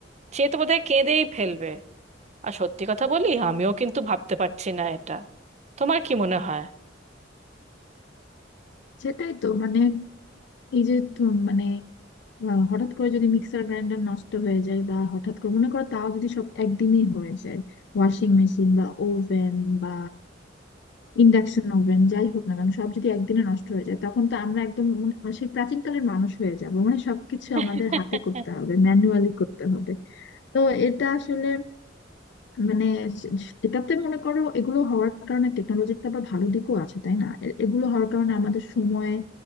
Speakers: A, on the right; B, on the left.
A: সে তো বোধহয় কেঁদেই ফেলবে আর সত্যি কথা বলি আমিও কিন্তু ভাবতে পারছি না এটা তোমার কি মনে হয়
B: সেটাই তো মানে এই যে তুম- মানে আহ, হঠাৎ করে যদি মিক্সার গ্রাইন্ডার নষ্ট হয়ে যায় বা হঠাৎ করে মনে করো তাও যদি সব একদিনই হয়ে যায় ওয়াশিং মেশিন বা ওভেন বা ইন্ডাকশন ওভেন যাই হোক না কেন সব যদি একদিনে নষ্ট হয়ে যায় তখন তো আমরা একদম মানে সেই প্রাচীনকালের মানুষ হয়ে যাব মানে সবকিছু
A: <laughs>
B: আমাদের হাতে করতে হবে ম্যানুয়ালি করতে হবে তো এটা আসলে মানে স- এটাতে মনে করো এগুলো হওয়ার কারণে টেকনোলজির তো আবার ভালো দিকও আছে তাই না এ- এগুলো হওয়ার কারণে আমাদের সময়